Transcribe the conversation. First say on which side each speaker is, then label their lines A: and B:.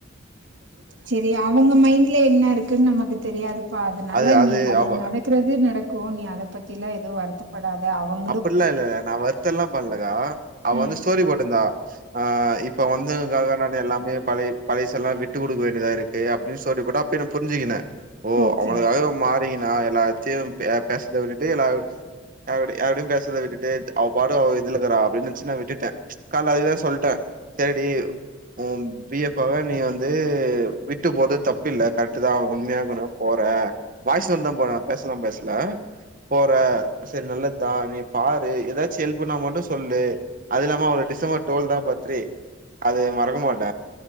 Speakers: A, on the right; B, on the right.
A: செரி அவுங்க மைண்ட்ல என்ன இருக்குன் நமக்கு தெரியாதுப்பா அதனால
B: அது
A: நீ அது
B: அவ
A: நட க்றது நடக்கு நீ அத பத்திலா எது வருத்த படாத அவங்
B: அப்பட்லா இல்ல நா வருத்தோல்லா பட்லக்கா அவ
A: ம்
B: வந்து ஸ்டோரி போட்ருந்தா ஆ இப்ப வந்து உனக்காக நா எல்லாமே பழை பழைசல்லா விட்டுக் குடுக்க வேண்டியதாயிருக்கு அப்டின் ஸ்டோரி போட்டா ப்பே நா புரிஞ்சிகன ஓ
A: ஓகே
B: அவனுக்காக இவ மாறிகினா எல்லாத்தியு பேசுறத விட்டுட்டு எல்லா அப்டி யாரோடையு பேறசத விட்டுட்டு அவ பாடு அவ இதுலக்கறா அப்டின்னு நனச்சு நா விட்டுட்ட கால்ல அதேதா சொல்ட்ட செரி டி ஒ பிஎஃப்ஃபாவ நீ வந்து விட்டு போறது தப்புல்ல கர்ட்டு தா உண்மயா இருக்குனு போற வாய்ஸ் நோட் தா போற பேசலா பேசல போற சரி நல்ல அத்தா நீ பாரு எதாச்சு எல்புணா மட்டு சொல்லு அது இல்லாம அவ டிசம்பர் டுவல் தா பத்ரே அது மறக்க மாட்ட